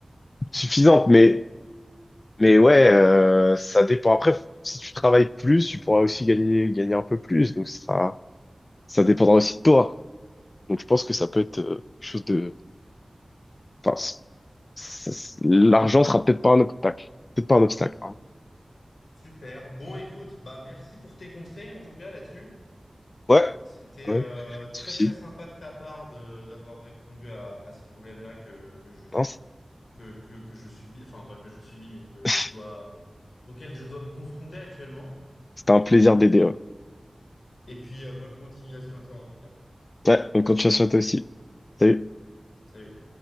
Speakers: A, on the left; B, on the left.
A: suffisante. Mais, mais ouais, euh, ça dépend. Après, si tu travailles plus, tu pourras aussi gagner, gagner un peu plus. Donc, ce sera, ça dépendra aussi de toi. Donc, je pense que ça peut être euh, quelque chose de. Enfin, c- c- c- l'argent sera peut-être pas un obstacle. Peut-être pas un obstacle. pardon.
B: Super. Bon, écoute, bah merci pour tes conseils en tout cas là-dessus.
A: Ouais,
B: C'était
A: ouais,
B: euh,
A: pas de
B: très
A: souci.
B: très sympa de ta part de d'avoir répondu à, à ce problème-là que, que je,
A: Non, c-
B: que, que, que je subis, enfin pas que je subis, mais que,
A: <laughs>
B: que je dois, auquel je dois me confronter actuellement.
A: C'était un plaisir d'aider. Ouais.
B: Et puis, euh, bonne continuation à toi en tout cas.
A: Ouais, bonne continuation à toi aussi. Salut.
B: Salut.